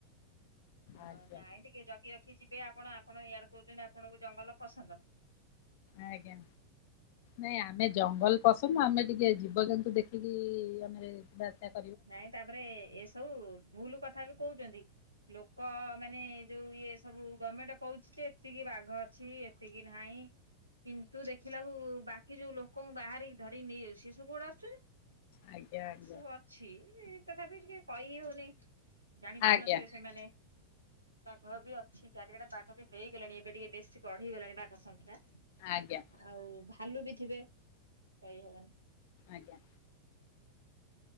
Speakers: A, on the right; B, on the left.
A: ହଁ
B: ଆଜ୍ଞା
A: ନାଇଁ ଟିକେ ଜଗି ରଖି ଯିବେ ଆପଣ ଆପଣ ଇଆଡେ କହୁଛନ୍ତି ଆପଣଙ୍କୁ ଜଙ୍ଗଲ ପସନ୍ଦ।
B: ଆଜ୍ଞା। ନାଇଁ ଆମେ ଜଙ୍ଗଲ ପସନ୍ଦ ଆମେ ଟିକେ ଜୀବଜନ୍ତୁ ଦେଖିକି ଆମେ <unintelligible>
A: ନାଇଁ ତାପରେ ଏସବୁ ଭୁଲୁ କଥା ବି କହୁଛନ୍ତି। ଲୋକ ମାନେ ଯୋଉ ଇଏ ସବୁ ଗମେଣ୍ଟ କହୁଛି ଯେ ଏତିକି ବାଘ ଅଛି ଏ ତି କିି ନାହିଁ। କିନ୍ତୁ ଦେଖିଲାକୁୁ ବାକି ଯୋଉ ଲୋକଙ୍କୁ ବାହାରିକି ଧରିକି ନେଇଯାଉଛି ସେ ସବୁ କୋଠୁ ଆସୁଛନ୍ତି।
B: ଆଜ୍ଞା ଆଜ୍ଞା
A: ଏସବୁ ଅଛି ତଥାପି ଟିକେ କଇ ହଉନି। ଜାଣି ପାରୁ
B: ଆଜ୍ଞା
A: ନଥିବେ ସେମାନେ। ବାଘ ବି ଅଛି ଚାରିଆଡେ ବାଘ ବି ହେଇଗଲାଣି ଏବେ ଟିକେ ବେଶୀ ବଢିଗଲାଣି ବାଘ ସଂଖ୍ୟା।
B: ଆଜ୍ଞା।
A: ଆଉ ଭାଲୁ ବି ଥିବେ, କହି ହବନି।
B: ଆଜ୍ଞା।